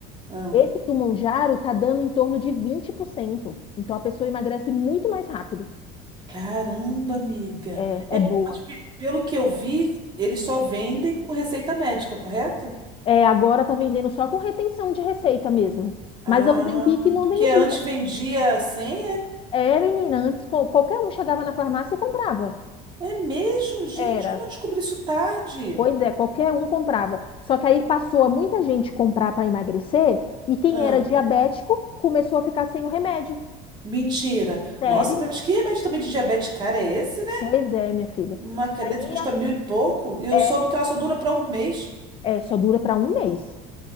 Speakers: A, on the right; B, on the left.
A: Ah.
B: Esse do Monjaro tá dando em torno de 20%. Então a pessoa emagrece muito mais rápido.
A: Caramba, amiga.
B: É, é boa.
A: Mas pe- pelo que eu vi, eles só vendem com receita médica, correto?
B: É, agora tá vendendo só com retenção de receita mesmo. Mas
A: Ah,
B: a Ozempic não
A: porque
B: vendia.
A: antes vendia sem,
B: É, menina, antes co- qualquer um chegava na farmácia e comprava.
A: É mesmo, gente?
B: Era.
A: Como eu descobri isso tarde?
B: Pois é, qualquer um comprava. Só que aí passou a muita gente comprar para emagrecer e quem
A: Ah,
B: era diabético começou a ficar sem o remédio.
A: mentira.
B: Sério?
A: Nossa, mas que remédio também de diabetes cara é esse, né?
B: Pois é, minha filha.
A: Uma caneta
B: Aí
A: que custa mil e pouco e eu
B: é,
A: soube que ela só dura para um mês.
B: é só dura para um mês.